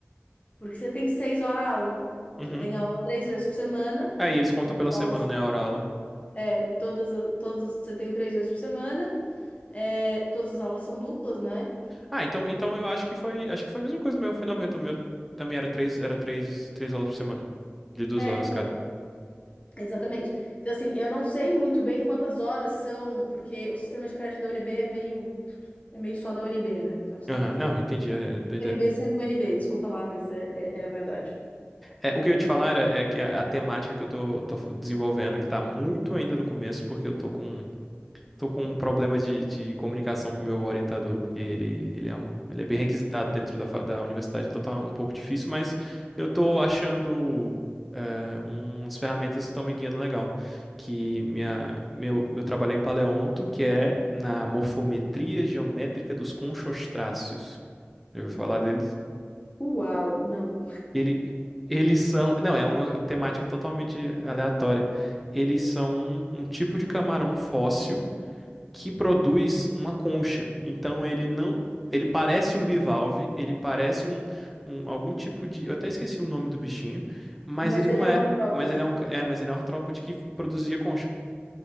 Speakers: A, on the left; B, in the centre.
A: porque você tem seis horas-aula.
B: Uhum.
A: Você tem aula três vezes por semana,
B: Aí eles contam pela semana,
A: aulas,
B: né, a hora aula.
A: é, todas, as- todas, você tem três vezes por semana, é, todas as aulas são duplas, né?
B: Ah, então, então eu acho que foi, acho que foi a mesma coisa do meu, foi 90 o meu também era três, era três, três aulas por semana, de duas
A: É,
B: horas,
A: então,
B: cara.
A: Exatamente. Então, assim, eu não sei muito bem quantas horas são, porque o sistema de crédito da UNB é meio, é meio só da UNB, né? Então, assim,
B: Aham,
A: <laughs>
B: não, entendi, é doideira.
A: UNB sendo UNB, desculpa lá, mas é, é, é a verdade.
B: É, o que
A: É
B: eu ia te
A: o-
B: falar era, é que a, a temática que eu tô, tô fa- desenvolvendo, que tá muito ainda no começo, porque eu tô com, tô com um problema de, de comunicação com o meu orientador, porque ele, ele é um, ele é bem requisitado dentro da, fa- da universidade, então tá um pouco difícil, mas eu tô achando é, umas ferramentas que estão me guiando legal. Que minha, meu, meu trabalho é em paleonto, que é na morfometria geométrica dos conchostráceos. Já ouviu falar deles?
A: Uau, não.
B: Ele, eles são. Não, é uma temática totalmente aleatória. Eles são um, um tipo de camarão fóssil que produz uma concha. Então ele não. Ele parece um bivalve, ele parece um, um- algum tipo de. Eu até esqueci o nome do bichinho, mas
A: Mas
B: ele não
A: ele é
B: é.
A: um artrópode.
B: Mas ele é um, ca- é, mas ele é um artrópode que produzia concha.